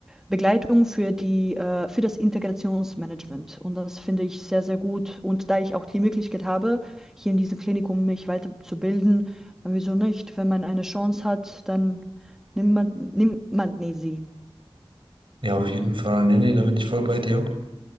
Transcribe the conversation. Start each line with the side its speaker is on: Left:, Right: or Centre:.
Centre: Begleitung für die, äh, für das Integrationsmanagement. Und das finde ich sehr, sehr gut. Und da ich auch die Möglichkeit habe, hier in diesem Klinikum mich weiterzubilden, dann wieso nicht? Wenn man eine Chance hat, dann nimmt man, nimmt man nie sie.
Right: Ja, auf jeden Fall. Nee, nee, da bin ich voll bei dir.